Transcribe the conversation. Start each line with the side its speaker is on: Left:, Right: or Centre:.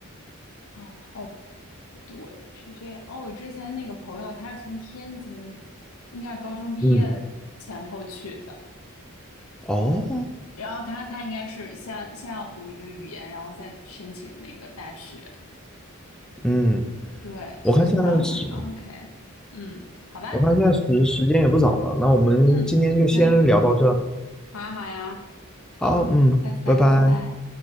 Left: 哦哦，对，是这样。哦，我之前那个朋友他是从天津，应该是高中毕业的前后去的。
Centre: 嗯，哦，
Left: 然后他他应该是先先要读一个语言，然后再申请那个大学。
Centre: 嗯，
Left: 对，
Centre: 我看现在时，
Left: 所以从高中开始哦，OK，嗯，好吧，
Centre: 我看现在时时间也不早了，那我们今天就先聊到这。
Left: 嗯，行，好呀，好呀，好，
Centre: 好，嗯，
Left: 下次再聊，
Centre: 拜拜。
Left: 拜拜。